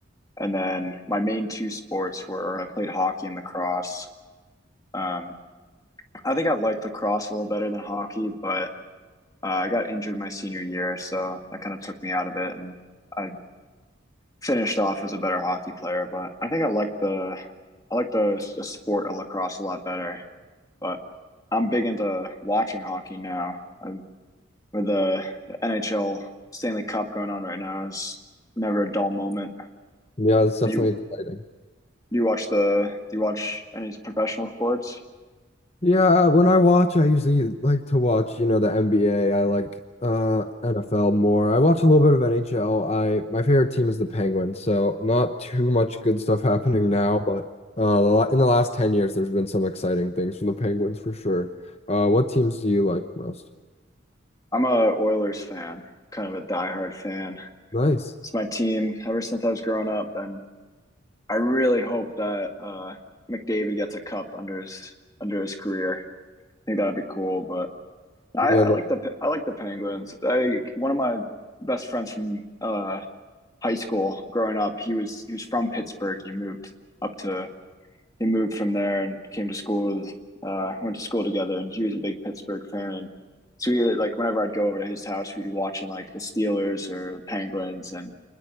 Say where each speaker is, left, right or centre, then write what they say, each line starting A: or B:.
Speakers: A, on the left; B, on the left.
A: And then my main two sports were I played hockey and lacrosse. Um, I think I liked lacrosse a little better than hockey, but Uh, I got injured my senior year, so that kind of took me out of it, and I finished off as a better hockey player. But I think I like the I like the the sport of lacrosse a lot better. But I'm big into watching hockey now. I'm, with the, the NHL Stanley Cup going on right now, is never a dull moment.
B: Yeah, it's definitely
A: You
B: exciting.
A: do you watch the do you watch any professional sports?
B: Yeah, when I watch, I usually like to watch, you know, the NBA. I like uh NFL more. I watch a little bit of NHL. I my favorite team is the Penguins, so not too much good stuff happening now, but uh the la- in the last 10 years there's been some exciting things from the Penguins for sure. Uh what teams do you like most?
A: I'm a Oilers fan, kind of a diehard fan.
B: Nice.
A: It's my team ever since I was growing up, and I really hope that uh, McDavid gets a cup under his under his career. I think that'd be cool. But I,
B: Yeah,
A: I
B: that,
A: like the I like the Penguins. I one of my best friends from uh, high school growing up. He was he was from Pittsburgh. He moved up to he moved from there and came to school. With, uh, went to school together, and he was a big Pittsburgh fan. And so we like whenever I'd go over to his house, we'd be watching like the Steelers or the Penguins, and